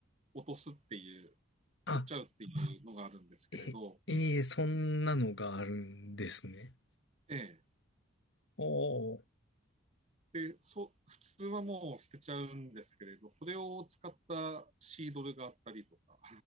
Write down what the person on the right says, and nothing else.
落とすっていう、
取っちゃうっていうのがあるんですけれど、
ええ、
でそ普通はもう捨てちゃうんですけれど、それを使ったシードルがあったりとか、